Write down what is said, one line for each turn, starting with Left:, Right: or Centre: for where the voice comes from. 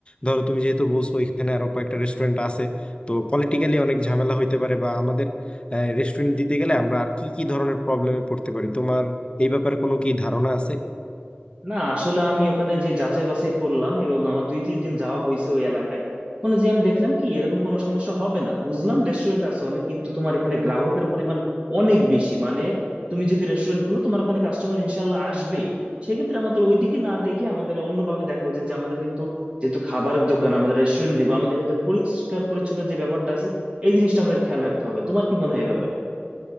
Left: ধরো তুমি যেহেতু বলছো ওইখানে আরো কয়েকটা রেস্টুরেন্ট আছে তো পলিটিক্যালি অনেক ঝামেলা হইতে পারে বা আমাদের রেস্টুরেন্ট দিতে গেলে আমরা আর কি কি ধরনের প্রবলেমে পড়তে পারি তোমার এই ব্যাপারে কোনো কি ধারণা আছে
Right: না আসলে আমি ওখানে যে যাচাই বাছাই করলাম এবং আমার দুই তিন দিন যাওয়া হয়েছে ওই এলাকায় ওখানে যে আমি দেখলাম কি এরকম কোনো সমস্যা হবে না বুঝলাম রেস্টুরেন্ট আছে অনেক কিন্তু তোমার এখানে গ্রাহকের পরিমাণ অনেক বেশি মানে তুমি যদি রেস্টুরেন্ট খোলো তোমার ওখানে কাস্টমার ইনশাল্লাহ আসবেই সেক্ষেত্রে আমাদের ওইদিকে না দেখে আমাদের অন্যভাবে দেখা উচিত যে আমাদের কিন্তু যেহেতু খাবারের দোকান আমাদের রেস্টুরেন্ট দিব আমাদের কিন্তু পরিষ্কার পরিচ্ছন্ন যে ব্যাপারটা আছে এই জিনিসটা আমাদের খেয়াল রাখতে হবে তোমার কি মনে হয় এই ব্যাপারে